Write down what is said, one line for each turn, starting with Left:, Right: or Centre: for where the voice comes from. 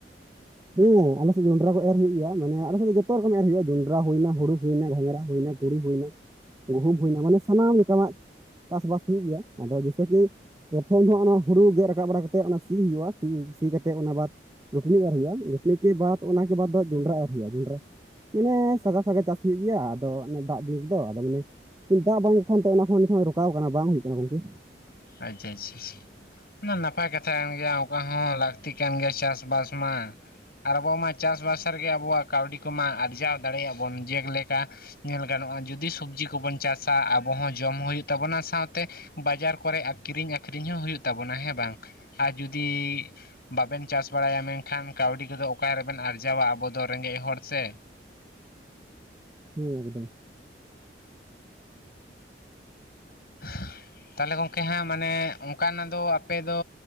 Right: ᱦᱮᱸ ᱟᱞᱮ ᱥᱮᱫ ᱡᱚᱸᱰᱨᱟ ᱠᱚ ᱮᱨ ᱦᱩᱭᱩᱜ ᱜᱮᱭᱟ ᱢᱟᱱ ᱟᱞᱮ ᱥᱮᱫ ᱫᱚ ᱡᱚᱛᱚ ᱨᱚᱠᱚᱢ ᱮᱨ ᱦᱩᱭᱩᱜᱼᱟ ᱡᱚᱸᱰ ᱦᱩᱭᱮᱱᱟᱦᱩᱲᱩ ᱦᱩᱭᱱᱟ ᱜᱷᱟᱸᱝᱲᱟᱦᱩᱭᱱᱟ ᱛᱩᱲᱤ ᱦᱩᱭᱮᱱᱟ ᱜᱩᱦᱩᱢ ᱦᱩᱭᱮᱱᱟ ᱢᱟᱱᱮ ᱥᱟᱱᱟᱢ ᱞᱮᱠᱟᱟᱜ ᱪᱟᱥᱵᱟᱥ ᱦᱩᱭᱩᱜ ᱜᱮᱭᱟ ᱟᱫᱚ ᱡᱮᱭᱥᱮ ᱠᱤ ᱯᱨᱚᱛᱷᱚᱢ ᱫᱚ ᱚᱱᱟ ᱦᱳᱲᱩ ᱜᱮᱫ ᱨᱟᱠᱟᱵ ᱵᱟᱲᱟ ᱠᱟᱛᱮᱫ ᱚᱱᱟ ᱥᱤ ᱦᱩᱭᱩᱜᱼᱟ ᱥᱤ ᱥᱤ ᱠᱟᱛᱮᱫ ᱚᱱᱟ ᱵᱟᱫ ᱨᱩᱴᱱᱤ ᱮᱨ ᱦᱩᱭᱩᱜᱼᱟ᱾ ᱜᱷᱴᱤᱮ ᱵᱟᱫ ᱚᱱᱟ ᱵᱟ ᱡᱷᱩᱱᱰᱨᱟ ᱮᱨ ᱦᱩᱭᱩᱜᱟ ᱡᱷᱩᱱᱰᱨᱟ ᱢᱟᱱᱮ ᱥᱟᱜᱷᱟᱥᱟᱜᱟ ᱪᱟᱥ ᱦᱩᱭᱩᱜ ᱜᱮᱭᱟ ᱟᱫᱚ ᱫᱟᱜ ᱫᱤᱱ ᱨᱮᱫᱚ ᱟᱫᱚ ᱢᱟᱱᱮ ᱫᱟᱜ ᱵᱟᱝ ᱠᱟᱱᱛᱮ ᱚᱱᱟᱦᱚᱸ ᱱᱤᱛᱚᱜ ᱨᱚᱠᱟᱣ ᱠᱟᱱᱟ ᱵᱟᱝ ᱦᱩᱭᱩᱜ ᱠᱟᱱᱟ ᱜᱚᱝᱠᱮ
Left: ᱟᱪᱪᱷᱟ ᱟᱪᱪᱷᱟ ᱱᱟᱯᱟᱭ ᱠᱟᱛᱷᱟ ᱠᱟᱱ ᱜᱮᱭᱟ ᱚᱱᱠᱟ ᱦᱚᱸ ᱞᱟᱹᱠᱛᱤ ᱠᱟᱱ ᱜᱮᱭᱟ ᱪᱟᱥᱵᱟᱥ ᱢᱟ ᱟᱨ ᱟᱵᱚ ᱢᱟ ᱪᱟᱥᱵᱟᱥ ᱨᱮᱜᱮ ᱟᱵᱚᱣᱟᱜ ᱠᱟᱹᱣᱰᱤ ᱠᱚᱢᱟ ᱟᱨᱡᱟᱣ ᱫᱟᱲᱮᱭᱟᱜ ᱵᱚᱱ ᱡᱮᱞᱮᱠᱟ ᱧᱮᱞ ᱜᱟᱱᱚᱜᱼᱟ ᱡᱩᱫᱤ ᱥᱚᱵᱡᱤ ᱠᱚᱵᱚᱱ ᱪᱟᱥᱟ ᱟᱵᱚ ᱦᱚᱸ ᱡᱚᱢ ᱦᱩᱭᱩᱜ ᱛᱟᱵᱚᱱᱟ ᱥᱟᱶᱛᱮ ᱵᱟᱡᱟᱨ ᱠᱚᱨᱮ ᱠᱤᱨᱤᱧ ᱟᱹᱠᱷᱨᱤᱧ ᱦᱚᱸ ᱦᱩᱭᱩᱜ ᱛᱟᱵᱚᱱᱟ ᱦᱮᱸ ᱵᱟᱝ ᱟᱨ ᱡᱩᱫᱤ ᱵᱟᱵᱮᱱ ᱪᱟᱥ ᱵᱟᱲᱟᱭᱟ ᱢᱮᱱᱠᱷᱟᱱ ᱠᱟᱹᱣᱰᱤ ᱠᱚᱫᱚ ᱚᱠᱟᱨᱮᱵᱮᱱ ᱟᱨᱡᱟᱣᱟ ᱟᱵᱚ ᱫᱚ ᱨᱮᱸᱜᱮᱡ ᱦᱚᱲ ᱥᱮ
Right: ᱦᱮᱸ ᱮᱠᱫᱚᱢ
Left: <inaudible> ᱛᱟᱦᱚᱞᱮ ᱜᱚᱝᱠᱮ ᱦᱟᱸᱜ ᱢᱟᱱᱮ ᱚᱱᱠᱟᱱᱟᱜ ᱫᱚ ᱟᱯᱮ ᱫᱚ